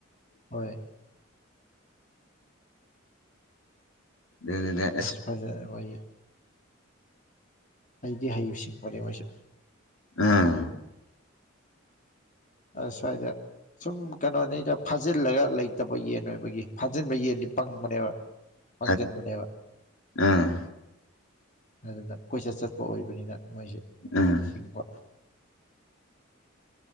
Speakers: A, on the left (about 40°); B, on the left (about 80°).
A: ꯍꯣꯏ
B: ꯑꯗꯨꯅꯤꯅꯦ
A: ꯑꯁ ꯐꯖꯔꯦ ꯋꯥꯔꯤ ꯍꯩꯗꯤ ꯍꯩ ꯁꯤꯡꯕꯅꯦ ꯃꯣꯏꯁꯨ
B: ꯎꯝ
A: ꯑꯁ ꯁꯋꯥꯏꯗ ꯁꯨꯝ ꯀꯩꯅꯣꯅꯤꯗ ꯐꯥꯖꯤꯜꯂꯒ ꯂꯩꯇꯕ ꯌꯦꯟ ꯑꯣꯏꯕꯒꯤ ꯐꯥꯖꯤꯟꯕ ꯌꯦꯟꯗꯤ ꯄꯪꯕꯅꯦꯕ
B: <inaudible>
A: ꯄꯪꯖꯟꯕꯅꯦꯕ
B: ꯑꯥ
A: ꯑꯗꯨꯅ ꯀꯣꯏꯆꯠ ꯆꯠꯄ ꯑꯣꯏꯕꯅꯤꯅ ꯃꯣꯏꯁꯦ
B: ꯎꯝ
A: ꯆꯤꯡꯕ